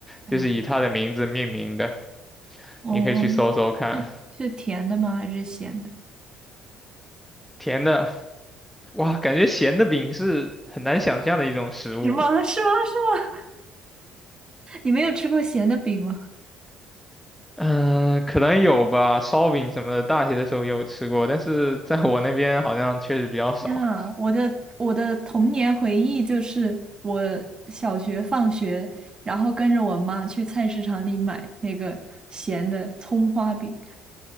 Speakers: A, on the right (about 30°); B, in the centre.
A: 嗯嗯，
B: 就是以它的名字命名的。
A: 哦，
B: 你可以去搜搜看，
A: 嗯是是甜的吗？还是咸的？
B: 甜的，哇，感觉咸的饼是很难想象的一种食物。
A: 是吗？是吗？是吗？<laughs> 你没有吃过咸的饼吗？
B: 嗯、可能有吧，烧饼什么的，大学的时候也有吃过，但是在我那边好像确实比较少
A: 天啊，我的我的童年回忆就是我小学放学，然后跟着我妈去菜市场里买那个咸的葱花饼，